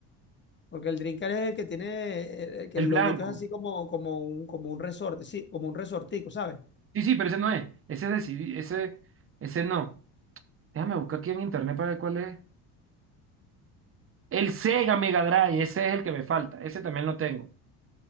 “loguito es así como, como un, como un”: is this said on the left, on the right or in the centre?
Left